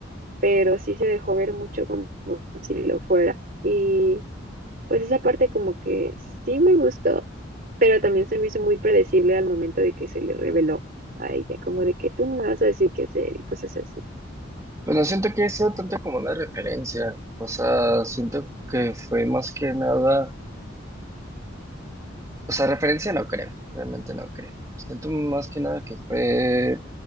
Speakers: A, on the right (about 50°); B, on the right (about 15°).
A: pero sí se dejó ver mucho como si lo fuera. Y pues esa parte como que sí me gustó, pero también se me hizo muy predecible al momento de que se le reveló a ella, como de que tú no me vas a decir qué hacer y cosas así.
B: Bueno, siento que he sido tanto como una referencia, o sea, siento que fue más que nada, o sea, referencia no creo, realmente no creo. Siento más que nada que fue,